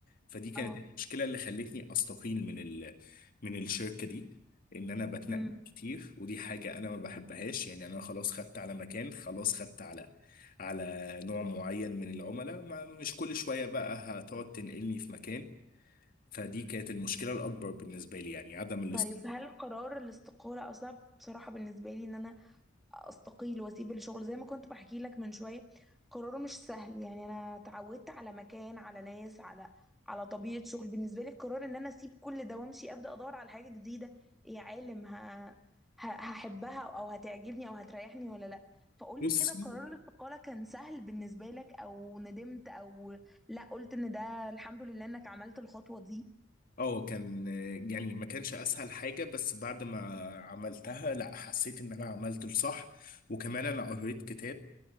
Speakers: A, on the left; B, in the centre.
A: فدي كانت
B: اه
A: المشكله اللي خلتني استقيل من ال من الشركه دي ان انا بتنقل
B: امم
A: كتير ودي حاجه انا ما بحبهاش يعني انا خلاص خدت على مكان خلاص خدت على على نوع معين من العملاء ما مش كل شويه بقى هتقعد تنقلني في مكان فدي كانت المشكله الاكبر بالنسبه لي يعني عدم
B: طيب هل قرار الاستقالة اصلا بصراحة بالنسبة لي ان انا استقيل واسيب الشغل زي ما كنت بحكي لك من شويه قراره مش سهل يعني انا اتعودت على مكان على ناس على على طبيعه شغل بالنسبه لي القرار ان انا اسيب كل ده وامشي ابدا ادور على حاجه جديده إيه يا عالم ه... ه... هحبها او هتعجبني او هتريحني ولا لا فقولي
A: الاستقرار
B: كده قرار الاستقاله كان سهل بالنسبه لك او ندمت او لا قلت ان ده الحمد لله انك عملت الخطوه دي
A: اه كان يعني ما كانش اسهل حاجة بس بعد ما عملتها لا حسيت ان انا عملت الصح وكمان انا قريت كتاب